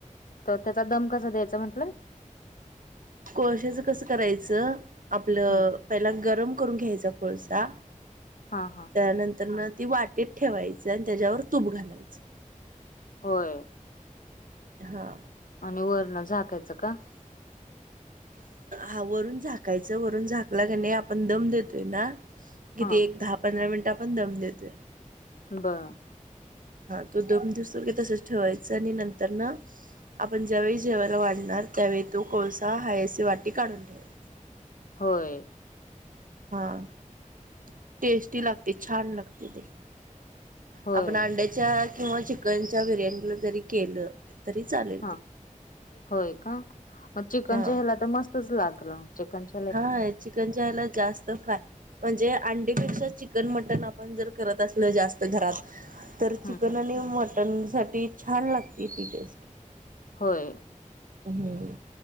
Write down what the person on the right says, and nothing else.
कोळशाचं कसं करायचं आपलं.
पहिलां गरम करून घ्यायचा कोळसा
त्यानंतर ना ती वाटेत ठेवायच आणि त्याच्यावर तूप घालायचं.
हां.
हा वरून झाकायचं वरून झाकला की नाही आपण दम देतोय ना? किती
एक दहा पंधरा मिनिट आपण दम देतोय.
हा तो धून घेतलाकी तसच ठेवायचं आणि नंतर नां -. आपण ज्यावेळी जेवायला वाढणार त्यावेळी तो कोळसा हायस वाटी काढून ठेवा. -
हां <unintelligible> टेस्टी लागते छान! लागते ते. -
आपण अंड्याच्या किंवा चिकनच्या बिर्याणीला जरी केलं. तरी चालेल
ते
हा
होय चिकनचायाला जास्त फ्राय. म्हणजे अंडीपेक्षा चिकन मटनं आपण जर करतंं असल जास्त घरात. - तरं
चिकन
आणि मटनसाठी छान! लागते ती टेस्ट. -
अहंम.